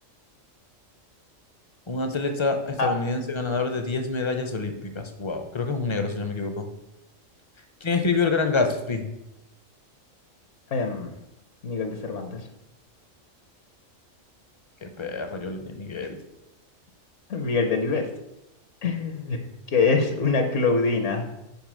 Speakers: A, on the left; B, on the left.
A: Un atleta estadounidense
B: Ah,
A: ganador de 10 medallas olímpicas. Wow, creo que es un negro, si no me equivoco. ¿Quién escribió El Gran Gatsby?
B: em, Miguel de Cervantes.
A: Qué perro, yo le di a Miguel.
B: <laughs> Miguel de Delibes. <laughs> que es una Claudina.